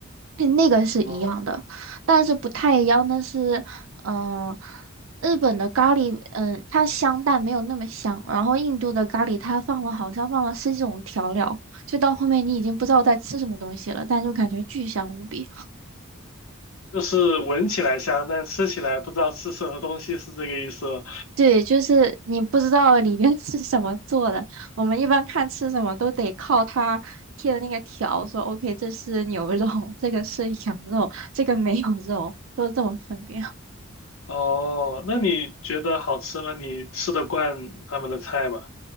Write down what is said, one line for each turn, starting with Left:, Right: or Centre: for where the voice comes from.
Right: 嗯那个是一样的。
Left: 哦，
Right: 但是不太一样的是，嗯、日本的咖喱，嗯、它香但没有那么香，然后印度的咖喱它放了好像放了十几种调料，就到后面你已经不知道在吃什么东西了，但就感觉巨香无比。
Left: 就是闻起来香，但吃起来不知道吃什么东西，是这个意思吗
Right: 对，就是你不知道里面 <laughs> 是什么做的。我们一般看吃什么都得靠它贴的那个条，说 OK，这是牛肉，这个是羊肉，这个没有肉，都是这么分辨。
Left: 哦，那你觉得好吃吗？你吃得惯他们的菜吗？